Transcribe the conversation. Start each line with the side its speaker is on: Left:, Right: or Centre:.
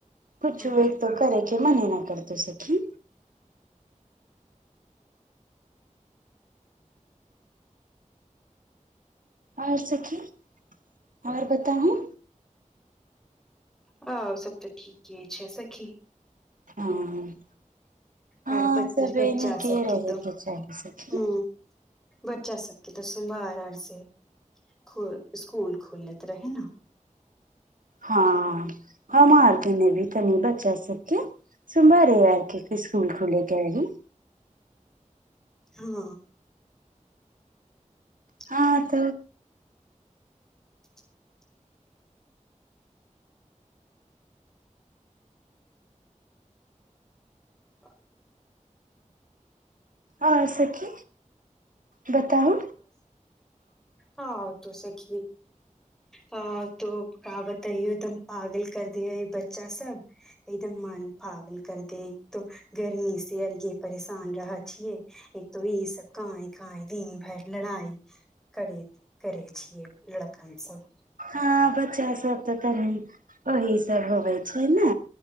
Right: पूछू
Centre: हँ
Right: एक त करै कि मने न करय हय सखी आओर सखी आओर बताहुू
Centre: आओर ओ सब तऽ ठीके छै सखी
Right: हँ हँ
Centre: आ ब
Right: सबे
Centre: बच्चा
Right: नीके
Centre: सबके
Right: रहे
Centre: तऽ
Right: के चाही सखी
Centre: ह बच्चा सबके तऽ सोमवार आर से ख स्सकुल खोलैत रहे ने
Right: हँ हमार दने भी तनी बच्चा सबके सोमवारे आर क स्कूल खुलैयकें रही
Centre: हँ हँ
Right: ह त
Centre: <inaudible> ह
Right: आँ सखी बताउ
Centre: हँ तू सखी अ तो क बताइौ त हम पागल कर द ह बच्चा सब एकदम मन पागल कर दे एक तो गर्मी से अलगे परेशान रहत छिये एक तो ई सब कांय कांय दिन भरि लड़ाई करैत करै छियै लड़कन सभ
Right: हँ बच्चा सब तऽ तनी ओहे सब होवे छै ने